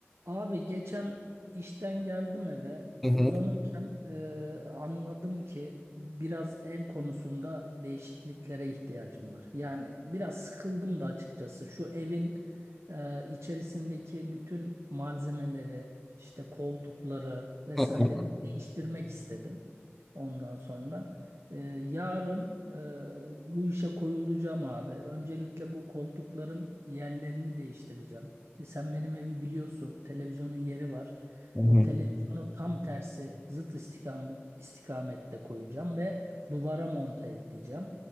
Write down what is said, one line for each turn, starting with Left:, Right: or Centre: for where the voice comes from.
Right: Abi geçen işten geldim eve
Centre: Hı hı,
Right: uzanırken e, anladım ki biraz ev konusunda değişikliklere ihtiyacım var. Yani biraz sıkıldım da açıkçası şu evin e, içerisindeki bütün malzemeleri işte koltukları vesaire
Centre: hı hı,
Right: bir değiştirmek istedim. Ondan sonra e, yarın e, bu işe koyulacağım abi. Öncelikle bu koltukların yerlerini değiştireceğim. Sen benim evi biliyorsun. Televizyonun yeri var.
Centre: hı hı.
Right: O televizyonu tam tersi zıt istikam istikamette koyacağım ve duvara monte edeceğim.